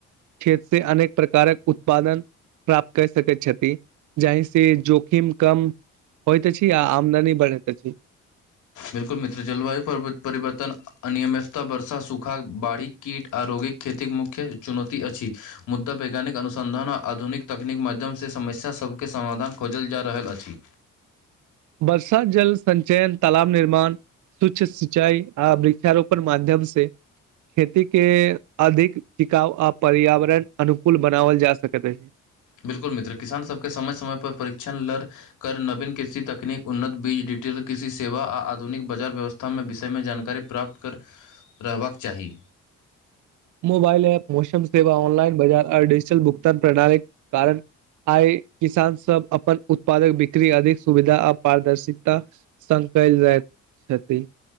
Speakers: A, on the right; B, on the left.
A: खेत से अनेक प्रकारक उत्पादन प्राप्त करि सकैत छथि जाहि से जोखिम कम होइत अछी आ आमदनी बढ़ैत अछी।
B: बिलकुल मित्र जलवायु परिव परिवर्तन अनियमितता वर्षा, सूखा, बाढ़ि, कीट आ रोगीक खेतिक मुख्य चुनौती अछि। मुद्दा वैज्ञानिक अनुसन्धान आ आधुनिक तकनीक माध्यमसे समस्या सभकेँ समाधान खोजल जा रहल अछि‌।
A: वर्षा जल संचयन, तालाब निर्माण, सूक्ष्म सिंचाई आ वृक्षारोप पन माध्यम से खेती के अधिक टिकाउ आ पर्यावरण अनुकूल बनावल जा सकैत अछि।
B: बिल्कुल मित्र किसान सबके समय समय पर परीक्षण लर कर नवीन कृषि तकनीक, उन्नत बीज, डिटेल कृषि सेवा आ आधुनिक बाजार व्यवस्था थ विषयमे जानकारी प्राप्त कर रहबाक चाही।
A: मोबाइल ऐप, मौसम सेवा, ऑनलाइन बाजार आ डिजिटल भुगतान प्रणाली कारण आई किसान सब अपन उत्पादक बिक्री अधिक सुविधा आ पारदर्शिता संग कयल जाइत छथि।